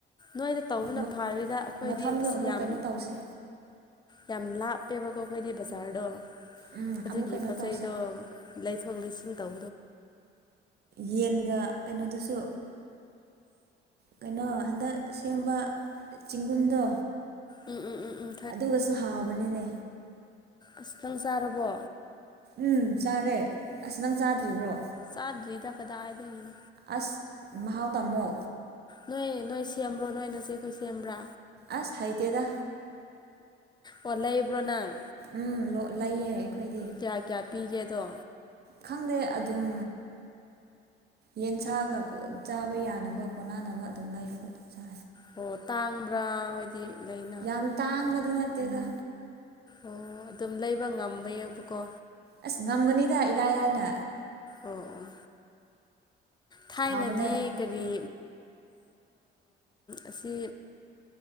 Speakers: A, on the left; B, on the right.
A: ꯅꯣꯏꯗ ꯇꯧꯕꯅ
B: ꯃ-
A: ꯐꯔꯤꯗ ꯑꯩꯈꯣꯏꯗꯤ
B: ꯃꯐꯝꯗꯣ
A: ꯑꯁ
B: ꯑꯃꯨꯛ
A: ꯌꯥꯝ
B: ꯀꯩꯅꯣ ꯇꯧꯁꯦ
A: ꯌꯥꯝ ꯂꯥꯞꯄꯦꯕ ꯑꯩꯣ ꯑꯩꯈꯣꯏꯗꯤ ꯕꯖꯥꯔꯗꯣ
B: ꯎꯝ
A: ꯑꯗꯨꯒꯤ
B: ꯑꯃꯨꯛ ꯀꯩꯅꯣ
A: ꯄꯣꯠꯆ
B: ꯇꯧꯁꯦ
A: ꯆꯩꯗꯣ ꯂꯩꯊꯣꯛ ꯂꯩꯁꯤꯟ ꯇꯧ
B: ꯌꯦꯟꯒ ꯀꯩꯅꯣꯗꯨꯁꯨ ꯀꯩꯅꯣ ꯍꯟꯗꯛ ꯁꯦꯝꯕ ꯆꯤꯡꯒꯨꯝꯗꯣ
A: ꯎꯝ ꯎꯝ ꯎꯝ ꯎꯝ
B: ꯑꯗꯨꯒꯁꯨ ꯍꯥꯎꯕꯅꯤꯅꯦ
A: ꯑꯁꯇꯪ ꯆꯥꯔꯕꯣ
B: ꯎꯝ ꯆꯥꯔꯦ ꯑꯁ ꯅꯪ ꯆꯥꯗ꯭ꯔꯤꯕ꯭ꯔꯣ
A: ꯆꯥꯗ꯭ꯔꯤꯗ ꯀꯗꯥꯏꯗꯒꯤꯅꯣ
B: ꯑꯁ ꯃꯍꯥꯎ ꯇꯥꯝꯃꯣ
A: ꯅꯣꯏ ꯅꯣꯏ ꯁꯦꯝꯕ꯭ꯔꯣ ꯅꯣꯏꯅ ꯆꯦ ꯑꯩꯈꯣꯏ ꯁꯦꯝꯕ꯭ꯔꯥ
B: ꯑꯁ ꯍꯥꯏꯥꯏꯇꯗ
A: ꯑꯣꯟꯂꯕ꯭ꯔꯣꯅꯪ
B: ꯎꯝ ꯂꯣ ꯂꯩꯌꯦ ꯑꯩꯈꯣꯏꯗꯤ
A: ꯀꯌꯥ ꯀꯌꯥ ꯄꯤꯒꯦꯗꯣ
B: ꯈꯪꯗꯦ ꯑꯗꯨꯝ ꯌꯦꯟꯁꯥꯒ ꯆꯥꯕ ꯌꯥꯅꯕ ꯀꯣꯟꯅꯅꯕ ꯑꯗꯨꯝ ꯂꯩꯔꯒ ꯑꯗꯨꯝ ꯆ
A: ꯑꯣ ꯇꯥꯡꯕ꯭ꯔꯥ ꯍꯥꯏꯗꯤ ꯂꯩꯅ
B: ꯌꯥꯝ ꯇꯥꯡꯕꯗꯤ ꯅꯠꯇꯦꯗ
A: ꯑꯣ ꯑꯗꯨꯝ ꯂꯩꯕ ꯉꯝꯕ ꯌꯥꯕꯀꯣ
B: ꯑꯁ ꯉꯝꯒꯅꯤꯗ ꯏꯂꯥꯏ ꯂꯥꯏꯅ
A: ꯑꯣ ꯑꯣ ꯊꯥꯏꯅꯗꯤ
B: ꯍꯥꯎꯕꯅꯦ
A: ꯀꯔꯤ ꯑꯁꯤ